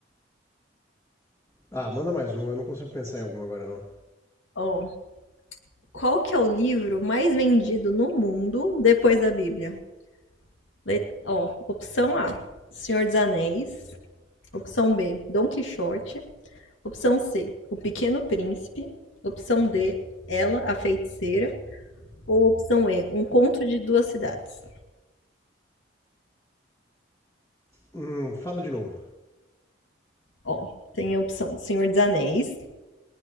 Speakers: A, on the left; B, on the left.
A: Ah, manda mais um, eu não consigo pensar em algum agora não.
B: Ó, qual que é o livro mais vendido no mundo depois da Bíblia? Le- Ó, opção A, Senhor dos Anéis. Opção B, Dom Quixote. Opção C, O Pequeno Príncipe. Opção D, Ela, a Feiticeira. Ou opção E, Um Conto de Duas Cidades.
A: Hum, fala de novo.
B: Ó, tem a opção Senhor dos Anéis,